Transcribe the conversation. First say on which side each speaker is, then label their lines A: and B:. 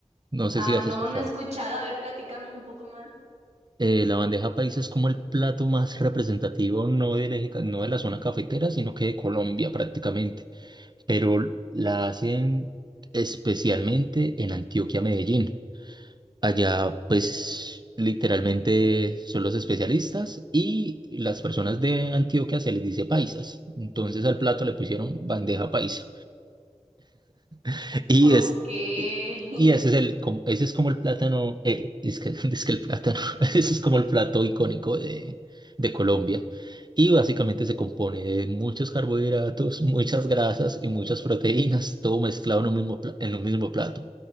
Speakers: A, on the right; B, on the right.
A: no
B: Ah,
A: sé si has
B: no,
A: escuchado.
B: no he escuchado. A ver, platícame un poco más.
A: Eh, la bandeja paisa es como el plato más representativo, no del eje ca- no de la zona cafetera, sino que de Colombia prácticamente. Pero la hacen especialmente en Antioquia, Medellín. Allá, pues, literalmente son los especialistas y las personas de Antioquia se les dice paisas. Entonces al plato le pusieron bandeja paisa. <laughs> Y
B: Ok.
A: es,
B: <laughs>
A: y y ese es el, como, ese es como el plátano, eh, es que, <laughs> es que el plátano, <laughs> ese es como el plato icónico de, de Colombia. Y básicamente se compone de muchos carbohidratos, <laughs> muchas grasas y muchas proteínas, todo mezclado en un mismo, pla- en un mismo plato.